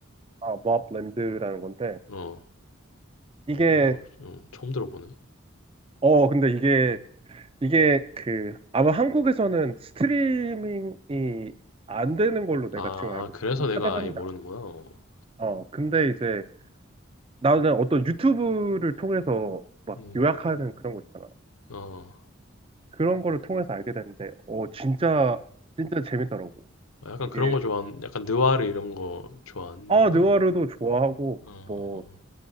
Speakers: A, on the right (about 25°); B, on the left (about 85°).
A: 아, 머블랜드라는 건데
B: 어,
A: 이게
B: 어, 그래? 어, 어, 처음 들어보네.
A: 어, 근데 이게 이게 그 아마 한국에서는 스트리밍이 안 되는 걸로 내가
B: 아, 아,
A: 지금 알고
B: 그래서
A: 있거든.
B: 내가
A: 찾아봤는데
B: 아예 모르는구나.
A: 안-
B: 어.
A: 어, 근데 이제 나는 어떤 유튜브를 통해서 막
B: 음,
A: 요약하는 그런 거 있잖아.
B: 어,
A: 그런 거를 통해서 알게 됐는데, 어, 진짜, 진짜 재밌더라고.
B: 아, 약간
A: 이게,
B: 그런 거 좋아하는, 약간 느와르 이런 거 좋아하는구나.
A: 아, 느와르도 좋아하고,
B: 어,
A: 뭐,